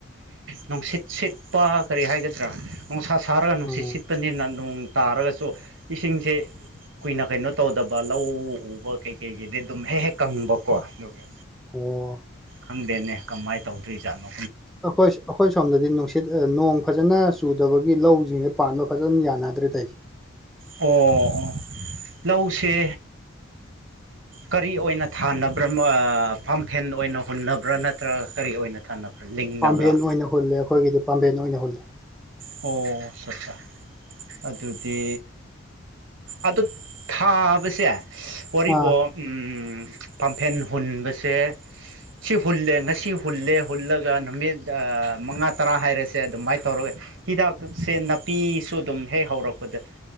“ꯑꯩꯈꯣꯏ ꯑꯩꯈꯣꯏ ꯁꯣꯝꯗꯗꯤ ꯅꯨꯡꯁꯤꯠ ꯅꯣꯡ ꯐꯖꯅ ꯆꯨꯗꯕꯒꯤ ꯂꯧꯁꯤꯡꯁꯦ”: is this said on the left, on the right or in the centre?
Centre